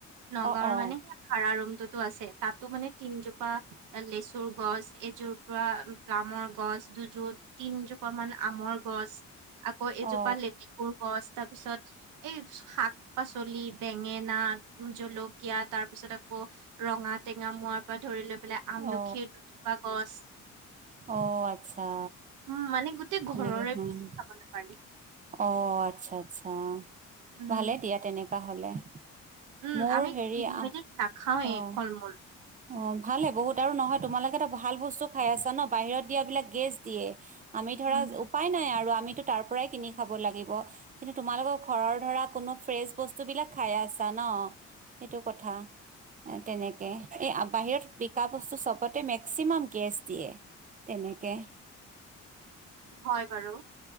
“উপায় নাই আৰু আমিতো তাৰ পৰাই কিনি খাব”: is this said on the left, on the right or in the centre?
Right